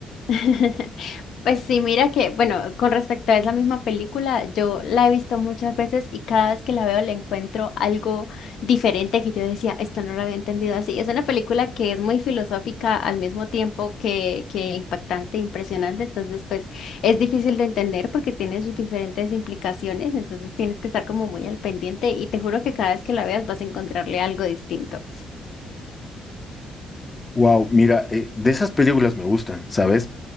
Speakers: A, on the left; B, on the left.
A: <laughs> Pues sí, mira que, bueno, con respecto a esa misma película, yo la he visto muchas veces y cada vez que la veo le encuentro algo diferente que yo decía, esto no lo había entendido así. Es una película que es muy filosófica al mismo tiempo que, que impactante, impresionante, entonces pues es difícil de entender porque tiene sus diferentes implicaciones, entonces tienes que estar como muy al pendiente y te juro que cada vez que la veas vas a encontrarle algo distinto.
B: Wow, mira, eh, de esas películas me gustan, ¿sabes?